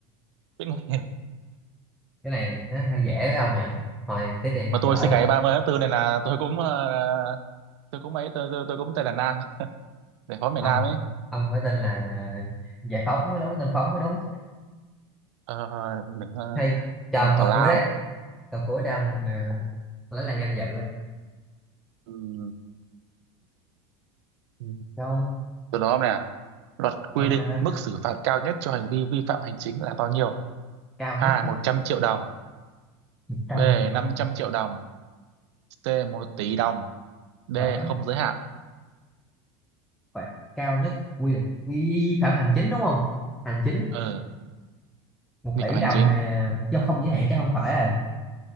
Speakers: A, on the right; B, in the centre.
A: biết ngay. <laughs>
B: cái này nó hơi dễ với ông nhỉ thôi tiếp đi
A: mà
B: tôi
A: tôi
B: lỡ
A: sinh
B: là
A: ngày 30 tháng tư nên là tôi cũng ờ, tôi cũng ấy tôi, tôi, tôi cũng tên là Nam để phó miền
B: ông
A: Nam ấy
B: ông phải tên là giải phóng mới đúng tên phóng mới đúng
A: ờ, đừng ờ,
B: hay cho
A: ờ,
B: ông câu
A: tào lao
B: cuối đấy câu cuối để ông ờ, lấy lại danh dự ấy.
A: ừ. Ừ.
B: Cao không?
A: từ đó nè luật quy
B: Ok,
A: định mức xử phạt cao nhất cho hành vi vi phạm hành chính là bao nhiêu
B: cao
A: A
B: nhất đó,
A: 100 triệu đồng
B: Một trăm
A: B
B: triệu.
A: 500 triệu đồng C một tỷ đồng D
B: Vãi,
A: không giới hạn
B: phạt cao nhất quy định vi vi phạm hành chính đúng không? Hành chính
A: ờ
B: một
A: vi
B: tỷ
A: phạm hành
B: đồng
A: chính
B: hà, do không giới hạn chắc không phải rồi.